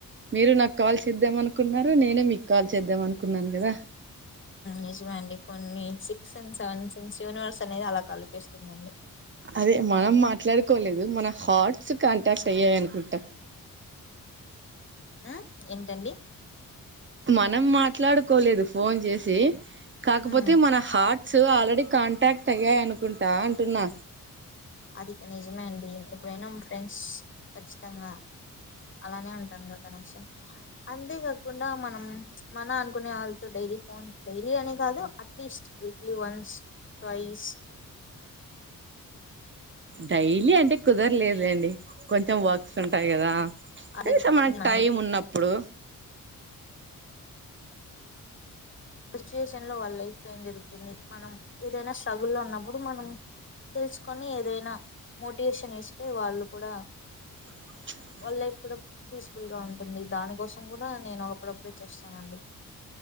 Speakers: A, on the right (about 35°); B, on the left (about 35°).
A: మీరు నాకు కాల్ చేద్దాం అనుకున్నారు నేనే మీకు కాల్ చేద్దాం అనుకున్నాను కదా
B: నిజమే అండి కొన్ని సిక్స్ అండ్ సెవెన్స్ యూనివర్స్ అనేది అలా కల్పిస్తుందండి
A: అదే మనం మాట్లాడుకోలేదు మన హాట్స్ కాంటాక్ట్ అయ్యాయి అనుకుంటా
B: ఆ ఏంటండి
A: మనం మాట్లాడుకోలేదు ఫోన్ చేసి కాకపోతే
B: ఉమ్
A: మన హార్ట్ సో ఆల్రెడీ కాంటాక్ట్ అయ్యాయి అనుకుంటా అంటున్నా
B: అది నిజమే అండి ఎప్పుడైనా ఫ్రెండ్స్ కచ్చితంగా అలానే ఉంటాంది మన కనెక్షన్ అంతే కాకుండా మనం మన అనుకునే వాళ్ళతో డైలీ ఫోన్ డైలీ అనే కాదు అట్లీస్ట్ వీక్లీ వన్స్ ప్రైస్
A: డైలీ అంటే కుదరలేదులేండి కొంచెం వర్క్స్ ఉంటాయి కదా
B: అలా
A: కనీసం
B: జరుగుతుంది
A: ఆ
B: మనం
A: టైం ఉన్నప్పుడు,
B: సిచ్యువేషన్ లో వాళ్ళ లైఫ్ లో ఏం జరుగుతుంది, మనం ఏదైనా స్ట్రగుల్లో లో ఉన్నప్పుడు మనం తెలుసుకొని ఏదైనా మోటివేషన్ ఇస్తే వాళ్ళు కూడా
A: <unintelligible>
B: వాళ్ళ లైఫ్ కూడా పీస్ఫుల్ గా ఉంటుంది, దాని కోసం కూడా నేను ఒకప్పుటిప్పుడే చేస్తానండి